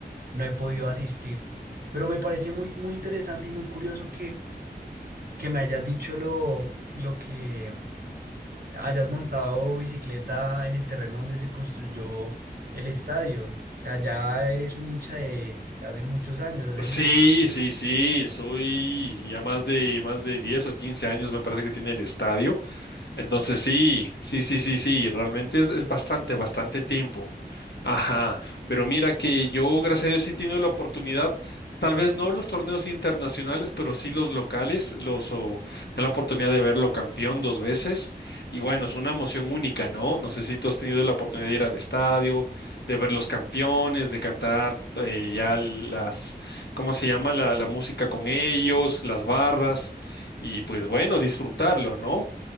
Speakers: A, on the right; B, on the left.
A: no he podido asistir. Pero me parece muy, muy interesante y muy curioso que me hayas dicho lo, lo que mm, hayas montado bicicleta en el terreno donde se construyó el estadio. O sea, ya eres un hincha de hace muchos años, hace
B: Sí,
A: mucho tiempo.
B: sí, sí, soy ya más de más de 10 o 15 años me parece que tiene el estadio. Entonces sí, sí, sí, sí, sí, realmente es, es bastante, bastante tiempo. Ajá, pero mira que yo, gracias a Dios, sí he tenido la oportunidad, tal vez no los torneos internacionales, pero sí los locales, los, o, la oportunidad de verlo campeón dos veces. Y bueno, es una emoción única, ¿no? No sé si tú has tenido la oportunidad de ir al estadio, de ver los campeones, de cantar eh, ya las, ¿cómo se llama? La, la música con ellos, las barras, y pues bueno, disfrutarlo, ¿no?